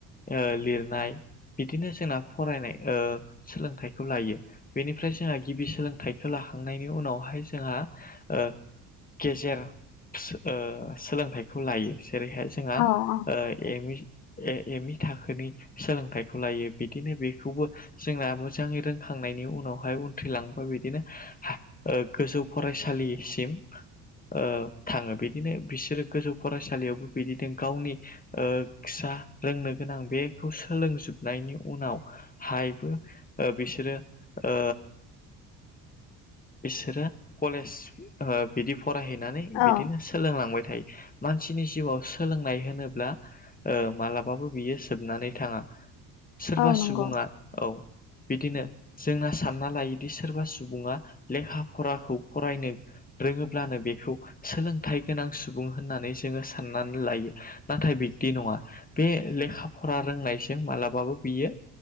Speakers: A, on the left; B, on the left.
A: ओ लिरनाय बिदिनो जोंना फरायनाय ओ सोलोंथाइ खौ लायो । बेनिफ्राय जोंहा गिबि सोलोंथाइखौ लाखांनायनि उनावहाय जोंहा ओ गेजेर ओ सोलोंथाइखौ लायो । जेरैहाय जोंहा
B: औ
A: ओ M E A M E थाखोनि सोलोंथाइखौ लायो बिदिनो बेखौबो जोंना मो- जाङै रोंखांनायनि उनावहाय उनथ्रिलांबा बिदिनो हो गोजौ फरायसालिसिम <inaudible> ओ थाङो बिदिनो बिसोरो गोजौ फरायसालियावबो बिदिनो गावनि ओ फिसा आ रोंनो गोनां बेखौ सोलोंजोबनायनि उनाव हायबो ओ बिसोरो ओ बिसोरो कलेज ओ बिदि फरायहैनानै
B: औ
A: बिदिनो सोलोंलांबाय थायो । मानसिनि जिउआव सोलोंनाय होनोब्ला ओ मालाबाबो बियो जोबनानै थांङा । सोरबा
B: औ नंगौ
A: सुबुंङा औ बिदिनो जोंना सानना लायोदि सोरबा सुबुङा लेखा फराखौ फरायनो रोङोब्लानो बेखौ सोलोंथाइ गोनां सुबुं होननानै जोंङो साननानै लायो । नाथाय बि दि नङा । बे लेखा फरा रोंनायजों मालाबाबो बियो